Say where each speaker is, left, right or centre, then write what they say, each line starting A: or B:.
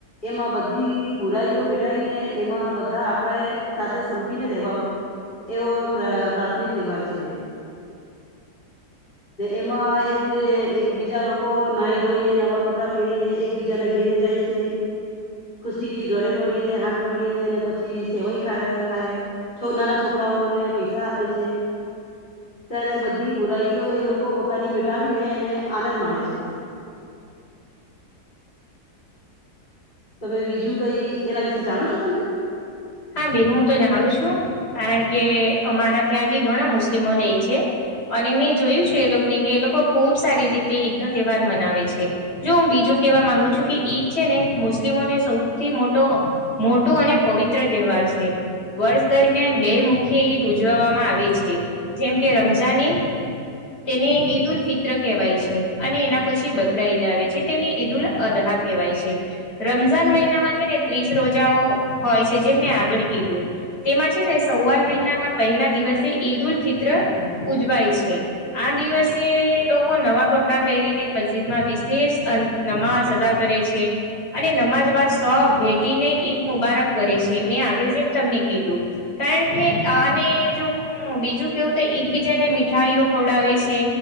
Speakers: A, on the left; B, on the left.
A: એમાં બધી બુરાઈઓ ભુલાઈને એમાં બધા આપડે સાથે સંપીને રહેેવા એવો પ્રાથમિક તહેવાર છે. એમાં એક એક બીજા લોકો નાઈ ધોઈને નવા કપડાં પહેરીને એકબીજા ના ઘેરે જાય છે. ખુશી થી ગળે મળીને હાથ, મળીને ને પછી સેવૈઈ ખાય છો નાના છોકરાઓને પૈસા આપે છે. ત્યારે બધી બુરાઈઓ એ લોકો પોતાની મિટાવીને અને આનંદ માણેે છે. તમે બીજું કઈ એના વિશે જાણો છો, તમે?
B: હા બેન હું તો જાણું છું કારણ કે અમારા ત્યાં બી ઘણા મુસ્લિમો રહી છે. અને મેં જોયું છે એ લોકોને કે એ લોકો ખુબ સારી રીતે ઈદ નો તહેવાર મનાવે છે. જો હું બીજું કેવા માંગુ છું કે ઈદ છેને, મુસ્લિમોને સૌથી મોટો મોટું અને પવિત્ર તહેવાર છે. વર્ષ દરમિયાન બે મુખ્ય ઈદ ઉજવવામાં આવે છે, જેમ કે રમઝાનઈ તેને ઈદ ઉલ ફિત્ર કહેવાય છે, અને એના પછી બકરા ઈદ આવે છે, તેને ઈદ ઉલ અદહા કેવાય છે રમઝાન મહિનામાં છે ને ત્રીસ રોજાઓ હોય છે. જે મેં આગળ કીધું તેમાં છે ને સવાલ મહિનાના પહેલા દિવસે ઈદ ઉલ ફિત્ર ઉજવાય છે. આ દિવસે લોકો નવા કપડાં પહેરીને મસ્જિદમાં વિશેષ નમાજ અદા કરે છે અને નમાઝ બાદ સહ ભેટીને ઈદ મુબારક કરે છે મેં આગળ જેમ તમને કીધું કારણ કે આને જો હમ બીજું કેવું તો એકબીજા ને મીઠાઈઓ ખવડાવે છે.